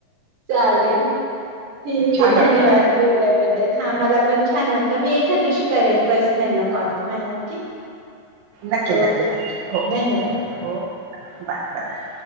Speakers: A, on the right; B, on the right.
A: चालेल. ठीक
B: छान
A: आहे धन्यवाद
B: वाटलं.
A: बोलल्याबद्दल हा मला पण छान वाटलं मी एक एखादिवशी करेल पर्सनला कॉल तुम्हाला ओके,
B: नक्की,
A: ओके
B: नक्की, नक्की. हो,
A: धन्यवाद.
B: हो.
A: हा
B: हो बाय बाय.